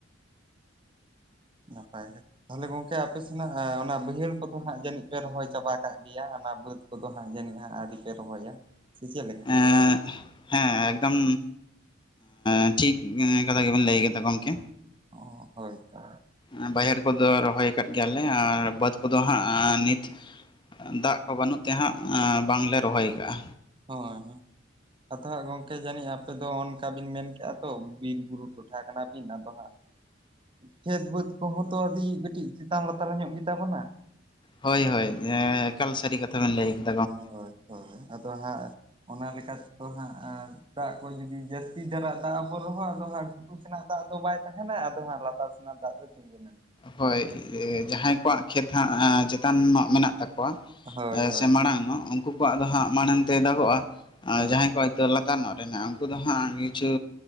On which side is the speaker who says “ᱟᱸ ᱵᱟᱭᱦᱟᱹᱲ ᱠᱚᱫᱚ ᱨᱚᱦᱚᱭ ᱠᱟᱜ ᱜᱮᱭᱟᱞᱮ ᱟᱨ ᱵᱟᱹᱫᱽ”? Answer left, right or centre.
Left